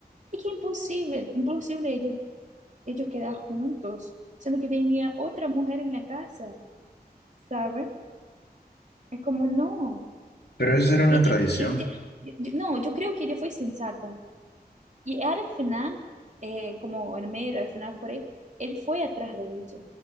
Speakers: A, on the right; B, on the left.
A: Es que imposible, imposible ellos, ellos quedar juntos, siendo que tenía otra mujer en la casa, ¿sabes? Es como, no.
B: Pero eso era una
A: E-
B: tradición.
A: e- Ella, yo- yo- no, yo creo que ella fue sensata. Y al final, eh, como en medio, al final por ahí, él fue atrás de ella.